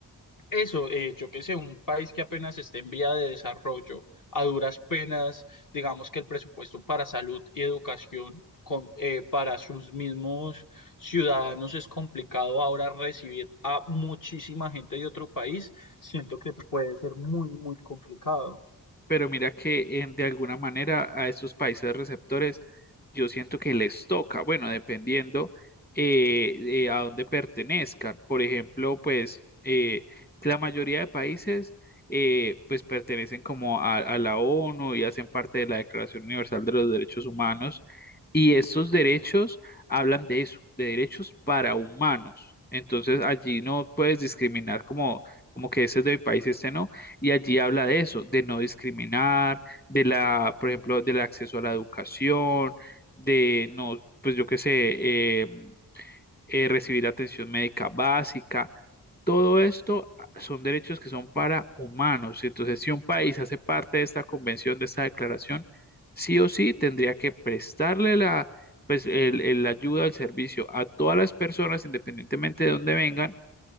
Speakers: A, on the left; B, on the left.
A: eso, eh, yo qué sé, un país que apenas esté en vía de desarrollo, a duras penas, digamos que el presupuesto para salud y educación con- eh, para sus mismos ciudadanos es complicado ahora recibir a muchísima gente de otro país, siento que puede ser muy, muy complicado.
B: pero mira que en- de alguna manera a estos países receptores yo siento que les toca, bueno, dependiendo eh, eh, a dónde pertenezcan. Por ejemplo, pues eh, la mayoría de países eh, pues pertenecen como a, a la ONU y hacen parte de la Declaración Universal de los Derechos Humanos y estos derechos hablan de eso, de derechos para humanos. Entonces allí no puedes discriminar como, como que ese es de mi país, este no y allí habla de eso, de no discriminar, de la, por ejemplo, del acceso a la educación, de no, pues yo qué sé, eh, eh, recibir atención médica básica. Todo esto ah, son derechos que son para humanos. Entonces, si un país hace parte de esta convención, de esta declaración, sí o sí tendría que prestarle la, pues, el, el ayuda, el servicio a todas las personas, independientemente de dónde vengan,